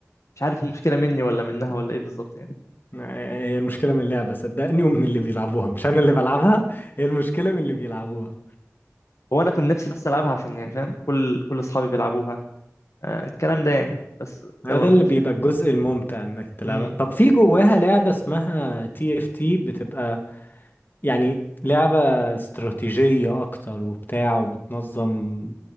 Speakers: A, on the left; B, on the left.
A: مش عارف المشكلة مني ولا منها ولا إيه بالظبط يعني
B: آه، هي المشكلة من اللعبة صدقني ومن اللي بيلعبوها مش أنا اللي بلعبها هي المشكلة من اللي بيلعبوها
A: هو أنا كنت نفسي بس ألعبها عشان يعني فاهم كل كل أصحابي بيلعبوها آه الكلام ده يعني بس
B: هو
A: يلا
B: ده
A: مش
B: اللي
A: مشكلة
B: بيبقى الجزء الممتع إنك تلعبها
A: مم.
B: طب في جواها لعبة اسمها تي اف تي بتبقى يعني لعبة استراتيجية أكتر وبتاع وبتنظم